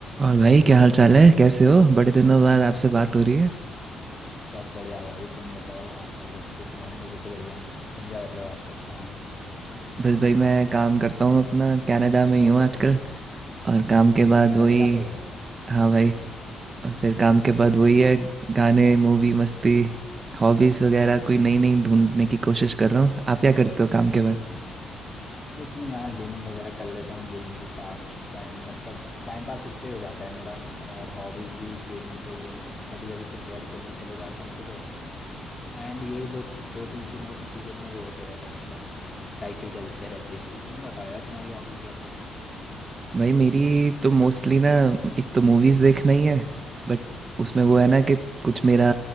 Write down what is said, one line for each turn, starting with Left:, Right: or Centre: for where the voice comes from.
Right: और भाई क्या हाल चाल है कैसे हो बड़े दिनों बाद आपसे बात हो रही है
Left: सब बढ़िया भाई तुम बताओ हालचाल कैसे तुम्हारे मेरे तो बढ़िया हैं तुम क्या कर रहे हो आजकल कहाँ हो
Right: बस भाई मैं काम करता हूँ अपना कनाडा में ही हूँ आजकल और काम के
Left: अच्छा
Right: बाद
Left: कनाडा
Right: वही
Left: पे हो
Right: हाँ भाई और फिर काम के बाद वही है गाने मूवी मस्ती हॉबीज़ वगैरह कोई नई नई ढूंढने की कोशिश कर रहा हूँ आप क्या करते हो काम के बाद
Left: कुछ नहीं यार गेमिंग वगैरह कर लेता हूँ यही मेरी पास टाइम मतलब टाइम पास इससे हो जाता है मेरा और हॉबीज भी गेमिंग पे ही है कभी कभी फुटबॉल खेलने चले जाता हूँ सुबह एंड यही दो दो तीन चीनों चीज़ों में वो होते रहता है मतलब साइकिल चलते रहती है मेरी तुम बताओ यार तुम्हारी हॉबीज क्या क्या है
Right: भाई मेरी तो मोस्टली ना एक तो मूवीज़ देखना ही है बट उसमें वो है ना कि कुछ मेरा